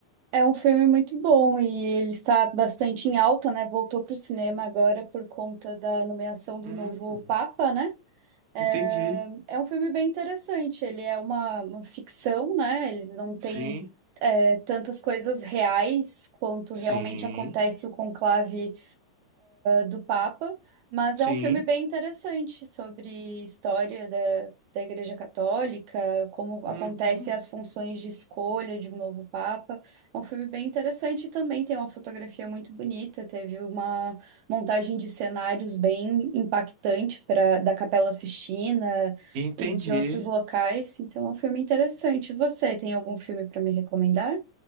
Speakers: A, on the right; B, on the right.
A: É um filme muito bom e ele está bastante em alta, né? Voltou para o cinema agora por conta da nomeação do
B: Hum,
A: novo Papa, né? É
B: entendi.
A: é um filme bem interessante. Ele é uma, uma ficção, né? Ele não tem
B: Sim,
A: é, tantas coisas reais quanto
B: sim,
A: realmente acontece o conclave do Papa, mas
B: sim.
A: é um filme bem interessante sobre história da, da Igreja Católica, como
B: Hum,
A: acontece
B: hum,
A: as funções de escolha de um novo Papa. É um filme bem interessante e também, tem uma fotografia muito bonita, teve uma montagem de cenários bem impactante para da Capela Sistina
B: entendi.
A: e de outros locais, então é um filme interessante. Você tem algum filme para me recomendar?